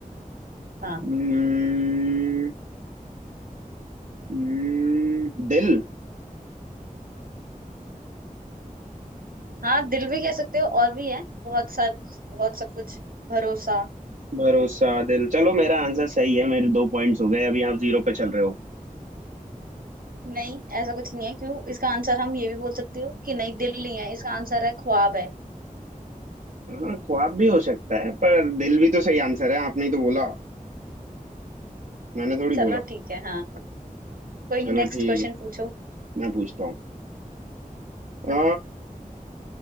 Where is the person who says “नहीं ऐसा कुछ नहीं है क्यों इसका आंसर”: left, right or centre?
Right